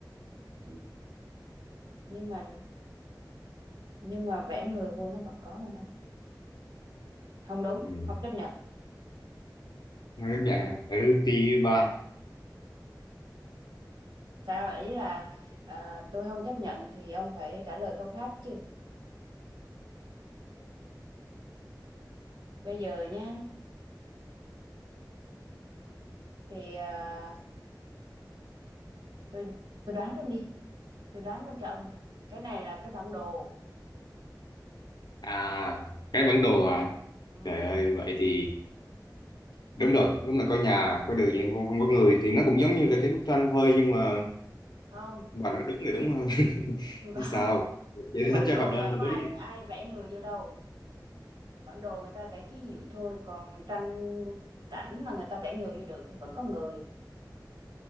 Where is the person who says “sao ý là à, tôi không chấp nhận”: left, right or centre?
Right